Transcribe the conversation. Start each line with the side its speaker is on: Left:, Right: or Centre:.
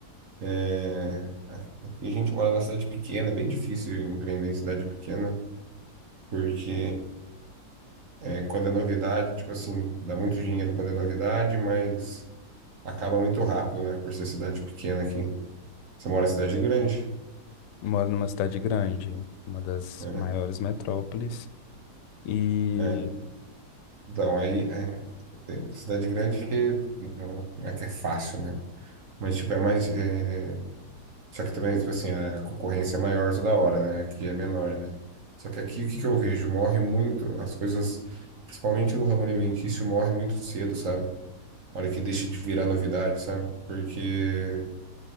Right: É, aqui a gente mora numa cidade pequena, é bem difícil empreender em cidade pequena, porque É, quando é novidade, tipo assim, dá muito dinheiro quando é novidade, mas acaba muito rápido, né? Por ser cidade pequena aqui. Você mora em cidade grande,
Left: Moro numa cidade grande, uma das
Right: né?
Left: maiores metrópoles, e
Right: É, Então, aí, é, tem cidade grande que não não é que é fácil, né? Mas, tipo, é mais. é, Só que também, tipo assim, a concorrência é maior toda hora, né? Aqui é menor, né? Só que aqui, o que que eu vejo? Morre muito, as coisas, principalmente no ramo alimentício, morre muito cedo, sabe? A hora que deixa de virar novidade, sabe? Porque